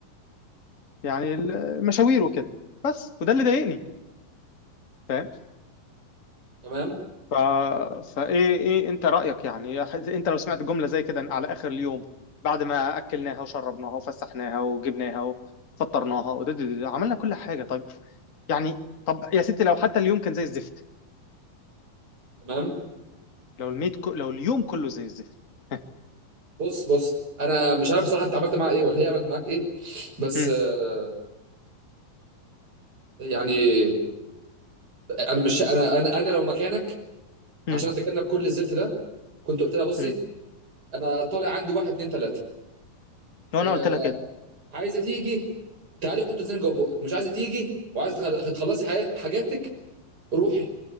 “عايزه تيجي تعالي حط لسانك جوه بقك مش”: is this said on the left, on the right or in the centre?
Right